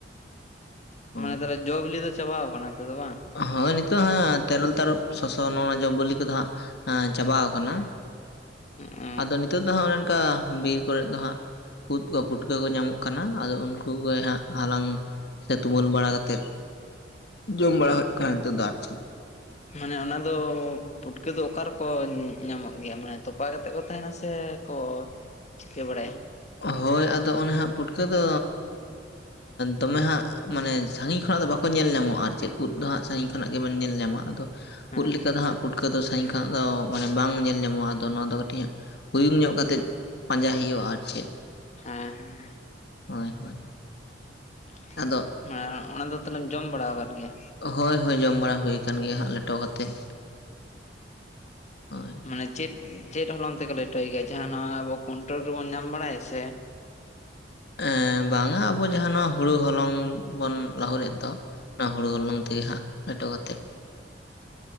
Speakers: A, on the left; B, on the left.
A: ᱦᱳᱭ
B: ᱢᱟᱱᱮ ᱛᱟᱦᱚᱞᱮ ᱡᱚ ᱵᱤᱞᱤ ᱫᱚ ᱪᱟᱵᱟᱟᱣ ᱟᱠᱟᱱᱟ ᱛᱚ ᱵᱟᱝ
A: ᱦᱳᱭ ᱱᱤᱛᱚᱜ ᱦᱟᱸᱜ ᱛᱮᱨᱮᱞ ᱛᱟᱨᱚᱵ ᱥᱚᱥᱚ ᱱᱚᱜ-ᱚᱭ ᱱᱚᱣᱟ ᱡᱚ ᱵᱤᱞᱤ ᱠᱚᱫᱚ ᱦᱟᱸᱜ ᱪᱟᱵᱟᱣ ᱟᱠᱟᱱᱟ
B: ᱦᱮᱸ
A: ᱟᱫᱚ ᱱᱤᱛᱚᱜ ᱫᱚ ᱦᱟᱸᱜ ᱚᱱᱮ ᱚᱱᱠᱟ ᱵᱤᱨ ᱠᱚᱨᱮ ᱫᱚ ᱦᱟᱸᱜ ᱩᱫ ᱠᱚ ᱯᱩᱴᱠᱟᱹ ᱠᱚ ᱧᱟᱢᱚᱜ ᱠᱟᱱᱟ ᱟᱫᱚ ᱩᱱᱠᱩ ᱜᱮ ᱦᱟᱸᱜ ᱦᱟᱞᱟᱝ ᱥᱮ ᱛᱩᱢᱟᱹᱞ ᱵᱟᱲᱟ ᱠᱟᱛᱮᱫ ᱡᱚᱢ ᱵᱟᱲᱟ ᱦᱩᱭᱩᱜ ᱠᱟᱱᱟ ᱱᱤᱛᱚᱜ ᱫᱚ ᱟᱨ ᱪᱮᱫ
B: ᱢᱟᱱᱮ ᱚᱱᱟ ᱫᱚ ᱯᱩᱴᱠᱟᱹ ᱫᱚ ᱚᱠᱟ ᱨᱮᱠᱚ ᱧᱟᱢᱚᱜ ᱜᱮᱭᱟ ᱢᱟᱱᱮ ᱛᱚᱯᱟ ᱠᱟᱛᱮᱫ ᱠᱚ ᱛᱟᱦᱮᱱᱟ ᱥᱮ ᱠᱚ ᱪᱤᱠᱟᱹ ᱵᱟᱲᱟᱭᱟ
A: ᱦᱳᱭ ᱟᱫᱚ ᱚᱱᱮ ᱦᱟᱸᱜ ᱯᱩᱴᱠᱟᱹ ᱫᱚ ᱫᱚᱢᱮ ᱦᱟᱸᱜ ᱢᱟᱱᱮ ᱥᱟᱺᱜᱤᱧ ᱠᱷᱚᱱᱟᱜ ᱫᱚ ᱵᱟᱠᱚ ᱧᱮᱞ ᱧᱟᱢᱚᱜ-ᱟ ᱟᱨ ᱪᱮᱫ ᱩᱫ ᱫᱚ ᱦᱟᱸᱜ ᱥᱟᱺᱜᱤᱧ ᱠᱷᱚᱱᱟᱜ ᱜᱮᱵᱮᱱ ᱧᱮᱞ ᱧᱟᱢᱟ ᱟᱫᱚ
B: ᱦᱮᱸ
A: ᱩᱫ ᱞᱮᱠᱟ ᱫᱚ ᱦᱟᱸᱜ ᱯᱩᱴᱠᱟᱹ ᱫᱚ ᱥᱟᱺᱜᱤᱧ ᱠᱷᱚᱱᱟᱜ ᱫᱚ ᱢᱟᱱᱮ ᱵᱟᱝ ᱧᱮᱞ ᱧᱟᱢᱚᱜᱼᱟ ᱟᱫᱚ ᱱᱚᱣᱟ ᱫᱚ ᱠᱟᱹᱴᱤᱡ ᱦᱟᱸᱜ ᱩᱭᱩᱝ ᱧᱚᱜ ᱠᱟᱛᱮᱫ ᱯᱟᱸᱡᱟ ᱦᱩᱭᱩᱜᱼᱟ ᱟᱨ ᱪᱮᱫ
B: ᱦᱮᱸ
A: ᱦᱳᱭ ᱦᱳᱭ
B: <inaudible>
A: ᱟᱫᱚ
B: ᱦᱮᱸ ᱚᱱᱟ ᱫᱚ ᱛᱟᱦᱚᱞᱮᱢ ᱡᱚᱢ ᱵᱟᱲᱟ ᱟᱠᱟᱫ ᱜᱮᱭᱟ
A: ᱦᱳᱭ ᱦᱳᱭ ᱡᱚᱢ ᱵᱟᱲᱟ ᱦᱩᱭ ᱟᱠᱟᱱ ᱜᱮᱭᱟ ᱦᱟᱸᱜ ᱞᱮᱴᱚ ᱠᱟᱛᱮᱫ
B: <unintelligible>
A: ᱦᱳᱭ
B: ᱢᱟᱱᱮ ᱪᱮᱫ ᱪᱮᱫ ᱦᱚᱞᱚᱝ ᱛᱮᱠᱚ ᱞᱮᱴᱚᱭ ᱜᱮᱭᱟ ᱡᱟᱦᱟᱸ ᱱᱚᱣᱟ ᱟᱵᱚ ᱠᱚᱱᱴᱳᱞ ᱨᱮᱵᱚᱱ ᱧᱟᱢ ᱵᱟᱲᱟᱭ ᱥᱮ
A: ᱮᱸ ᱵᱟᱝ-ᱟ ᱟᱵᱚ ᱡᱟᱦᱟᱸ ᱱᱚᱣᱟ ᱦᱩᱲᱩ ᱦᱚᱞᱚᱝ ᱵᱚᱱ ᱞᱟᱹᱦᱩᱫ ᱮᱫ ᱫᱚ ᱚᱱᱟ ᱦᱩᱲᱩ ᱦᱚᱞᱚᱝ ᱛᱮᱜᱮ ᱦᱟᱸᱜ ᱞᱮᱴᱚ ᱠᱟᱛᱮᱫ